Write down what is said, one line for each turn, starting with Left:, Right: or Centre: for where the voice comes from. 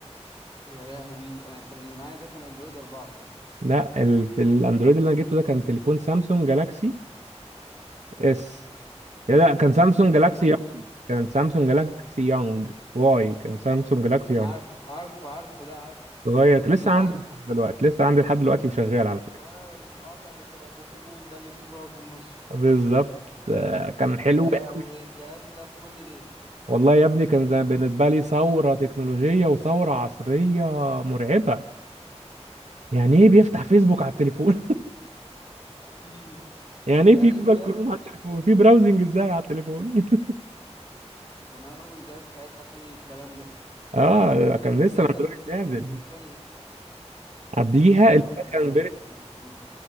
Left: يا لهوي انا كان اللي معايا ده كان اندرويد أربعة
Right: لا ال- الاندرويد اللي انا جبته ده كان تليفون سامسونج جالاكسي اس لا كان سامسونج جالاكسي
Left: ما تقولش
Right: يونج كان سامسونج جالاكسي يونج واي كان سامسونج جالاكسي يونج
Left: عارف عارف عارفه ده عارف
Right: صغير
Left: الصغير
Right: لسه عندي لحد دلوقتي لسه عندي لحد دلوقتي وشغال على فكرة
Left: الصغير المقاطع اللي شبه البوكيمون ده اللي فيه زرار في النص
Right: بالظبط آه، كان حلو
Left: يا لهوي
Right: قوي
Left: الجهاز ده في كل بيت
Right: والله يا ابني كان زي- بالنسبة لي ثورة تكنولوجية وثورة عصرية مرعبة يعني ايه بيفتح فيسبوك على التليفون
Left: <laughs>
Right: <laughs> يعني
Left: يعني
Right: ايه في جوجل
Left: ايه جهاز
Right: كروم
Left: تاتش
Right: على التليفون في براوزنج ازاي على التليفون <laughs>
Left: كان أول جهاز ساعتها فيه الكلام ده
Right: اه لا، كان لسه
Left: ده
Right: الاندرويد
Left: كان تاني
Right: نازل
Left: كان كان
Right: قبليها
Left: يا
Right: اللي
Left: والله
Right: كان
Left: أيام الزمن الجميل